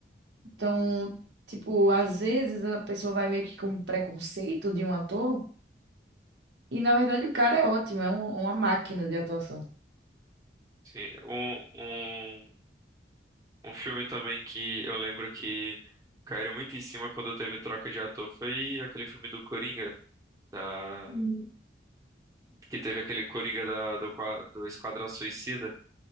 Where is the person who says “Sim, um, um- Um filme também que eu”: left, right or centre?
Right